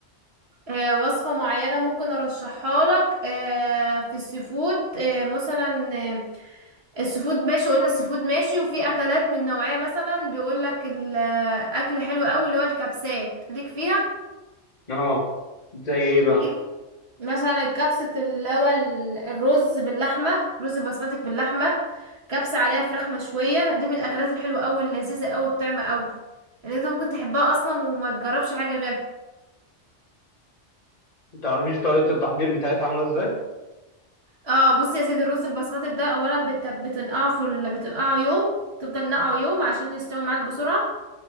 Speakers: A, on the right; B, on the left.
A: آه، وصفة معينة ممكن ارشحها لك آه، في السفود آه، مثلا آه، السفود ماشي قلنا السفود ماشي وفي اكلات من نوعية مثلا بيقول لك الاكل حلو قوي اللي هو الكبسات ليك فيها
B: اه زي ايه بقى؟
A: ليك مثلا الكبسة اللي هو ال- الرز باللحمة رز بسمتك باللحمة كبسة عليها فراخ مشوية دي من الأكلات الحلوة أوي اللذيذة أوي الطعمة أوي اللي انت ممكن تحبها أصلا وما تجربش حاجة غيرها
B: ما تعرفيش طريقه التحضير بتاعتها عامله ازاي؟
A: اه بصي يا سيدي الرز البسمتك ده أولا بت... بتنقعه في ال... بتنقعه يوم تفضل نقعه يوم عشان يستوي معاك بسرعة